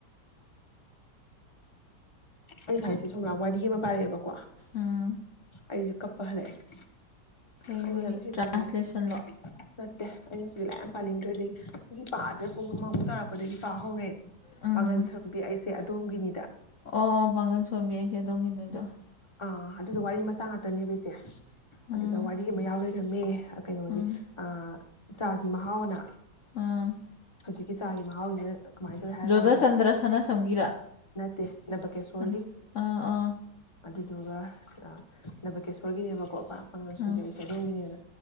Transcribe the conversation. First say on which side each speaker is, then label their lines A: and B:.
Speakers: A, on the left; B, on the left.
A: ꯑꯩ ꯍꯥꯏꯁꯦ ꯁꯣꯝꯂꯥꯛ ꯋꯥꯔꯤ ꯑꯃ ꯄꯥꯔꯛꯑꯦꯕꯀꯣ
B: ꯎꯝ
A: ꯑꯩꯁꯨ ꯀꯞꯄ ꯍꯜꯂꯛꯑꯦ
B: ꯀꯩ ꯑꯣꯏꯣꯅꯤ
A: ꯑꯩꯁꯦ ꯉꯁꯤꯗꯣ
B: ꯇ꯭ꯔꯥꯟꯁꯂꯦꯁꯟꯂꯣ
A: ꯂꯥꯏꯔꯤꯛ ꯅꯠꯇꯦ ꯑꯩꯅ ꯁꯤꯗꯤ ꯂꯥꯏꯔꯤꯛ ꯌꯥꯝ ꯄꯥꯅꯤꯡꯗ꯭ꯔꯦ ꯑꯗꯒꯤ ꯍꯧꯛ ꯄꯥꯗ꯭ꯔꯦ ꯄꯨꯡ ꯑꯃꯃꯨꯛ ꯇꯥꯔꯛꯄꯗꯒꯤ ꯄꯥ ꯍꯧꯧꯔꯦ
B: ꯎꯝ
A: ꯄꯥꯉꯟꯁꯣꯟꯕꯤ ꯑꯩꯁꯦ ꯁꯦ ꯑꯗꯣꯝꯒꯤꯅꯤꯗ
B: ꯑꯣ ꯑꯣ <unintelligible> <unintelligible>
A: ꯑꯥ ꯑꯗꯨꯗ ꯋꯥꯔꯤ ꯃꯆꯥ ꯉꯥꯛꯇꯅꯦꯕ ꯏꯆꯦ
B: ꯎꯝ
A: ꯑꯗꯨꯒ ꯋꯥꯔꯤ ꯑꯃ ꯌꯥꯎꯔꯔꯦ ꯉꯝꯃꯦ ꯑꯥ ꯀꯩꯅꯣꯁꯦ
B: ꯎꯝ
A: ꯑꯥ ꯏꯆꯥꯒꯤ ꯃꯍꯥꯎꯅ
B: ꯎꯝ
A: ꯍꯧꯖꯤꯛꯀꯤ ꯆꯥꯒꯤ ꯃꯍꯥꯎꯁꯤ ꯑ ꯀꯃꯥꯏꯟ ꯇꯧꯏ ꯍꯥꯏꯔ
B: ꯖꯣꯙꯆꯟꯗ꯭ꯔ
A: ꯀꯥꯟꯗ
B: ꯁꯅꯥꯁꯝꯒꯤꯔꯥ
A: ꯅꯠꯇꯦ ꯅꯕꯀꯦꯁꯣꯔꯒꯤ
B: ꯀꯅꯥ ꯑꯥ ꯑꯥ
A: ꯑꯗꯨꯗꯨꯒ ꯑꯥ-ꯅꯕꯀꯦꯁꯣꯔꯒꯤꯅꯦꯕꯀꯣꯄꯥꯝ ꯑꯉꯥ ꯁꯨꯟꯗꯔꯤ
B: ꯎꯝ
A: ꯆꯅꯨꯒꯤꯅꯦꯅ